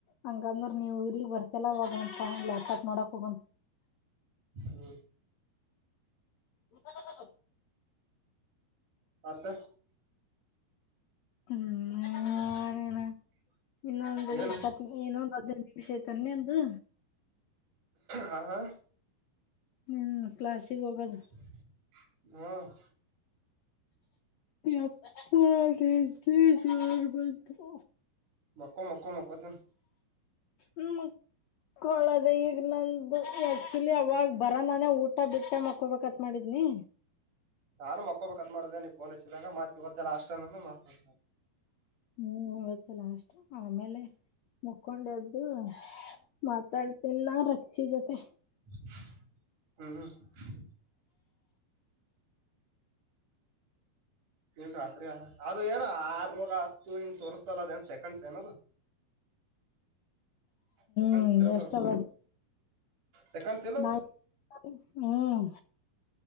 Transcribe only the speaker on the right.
ಹ್ಮ
ಮತ್ತ
<unintelligible>
ಏನ್
ಹಾ
ಹ್ಮ
ಮಕ್ಕೋ ಮಕ್ಕೋ ಮಕ್ಕೋತೇನೋ
ನಾನು ಮಕ್ಕೊಬಕ್ಕತ್ ಮಾಡ್ದೆನೆ ನಿಫೋನ್ ಹಚ್ಚಿದಾಗ ಮಾತ ತ್ತೆಲ್ಲ ಅಷ್ಟನಾನ ಮಾತಡ್ತ.
<inaudible> ಇನ್ ರಾತ್ರಿ ಅಲ್ಲ ಅದು ಏನ ಆರ್ನೂರ ಹತ್ತು ಇ ಸರ್ಸ ಅಲ್ಲದ ಏನ್ ಸೆಕೆಂಡ್ಸ್ ಏನದ. ಸಕಂಡಸಿದ್ರಬ
ಸಕಂಡ್ಸ ಎಲ್ಲೂ.